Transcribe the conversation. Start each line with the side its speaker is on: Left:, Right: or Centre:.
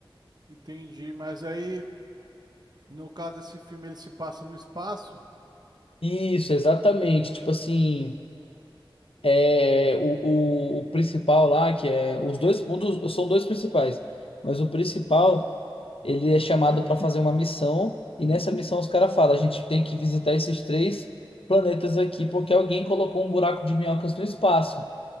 Right: Entendi, mas aí. No caso, esse filme ele se passa no espaço.
Left: Isso, exatamente. Tipo assim. É, o, o, o principal lá, que é os dois, um dos- são dois principais, mas o principal,
Right: Uhum.
Left: ele é chamado para fazer uma missão, e nessa missão os caras falam, a gente tem que visitar esses três planetas aqui, porque alguém colocou um buraco de minhocas no espaço.